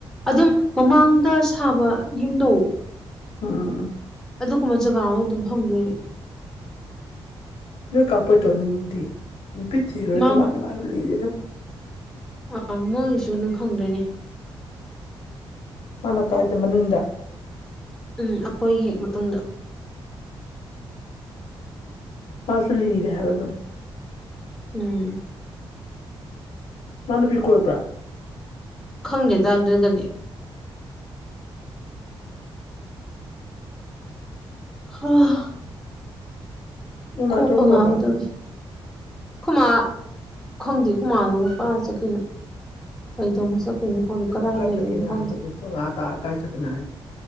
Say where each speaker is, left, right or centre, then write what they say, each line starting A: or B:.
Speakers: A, in the centre; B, on the left.
A: ꯑꯗꯨꯝ ꯃꯃꯥꯡꯗ ꯁꯥꯕ ꯌꯨꯝꯗꯣ
B: ꯎꯝ
A: ꯑꯗꯨꯒꯨꯝꯕ ꯖꯒꯥ ꯑꯃ ꯑꯗꯨꯝ ꯐꯪꯗꯣꯏꯅꯤ
B: ꯅꯣꯏ ꯀꯥ ꯄꯣꯏꯇꯣꯟꯗꯤ <inaudible> ꯊꯟꯗꯤ ꯄꯤꯔꯤꯊꯤꯔ ꯑꯗꯨ
A: ꯃꯥ
B: ꯃꯥꯅ ꯃꯥꯅ ꯂꯤꯔꯦꯗꯣ
A: ꯑꯥ ꯃꯣꯏꯒꯤꯁꯨ ꯑꯗꯨꯝ ꯐꯪꯗꯣꯏꯅꯦ
B: ꯃꯥꯅ ꯀꯥꯏꯗ ꯃꯅꯨꯡꯗ
A: ꯎꯝ ꯑꯩꯈꯣꯏꯒꯤ ꯍꯦꯛ ꯃꯇꯨꯡꯗ
B: ꯃꯥꯁꯣ ꯂꯤꯔꯦ ꯍꯥꯏꯕꯗꯣ
A: ꯎꯝ
B: ꯃꯥ ꯅꯨꯄꯤ ꯀꯣꯏꯕ꯭ꯔꯥ
A: ꯈꯪꯗꯦꯇꯥ ꯑꯗꯨꯒꯗꯤ ꯍ <unintelligible>
B: ꯅꯣꯏ
A: ꯀꯣꯛꯒ
B: ꯃꯥ ꯇꯨꯝꯒ꯭ꯔꯕ
A: ꯉꯥꯎꯋꯦ ꯇꯧꯔꯤꯁꯦ ꯈꯨꯃꯥ ꯈꯪꯗꯦ ꯈꯨꯃꯥꯗꯣ ꯀꯥꯏ ꯆꯠꯈꯔꯤꯅꯣ ꯀꯩ ꯇꯧꯕ ꯆꯠꯈꯤꯅꯣ ꯐ ꯍꯨꯅ
B: ꯀꯩꯅꯣ
A: ꯀꯥꯏ ꯂꯩꯒꯅ
B: ꯆꯠꯈꯤꯅꯣ
A: ꯍꯪ
B: ꯍꯥꯏ ꯍꯧꯖꯤꯛ
A: <inaudible>
B: ꯄꯨꯡ ꯑꯥ ꯇꯥꯔ ꯀꯥꯏ ꯆꯠꯀꯅꯤ ꯍꯥꯢꯅꯣ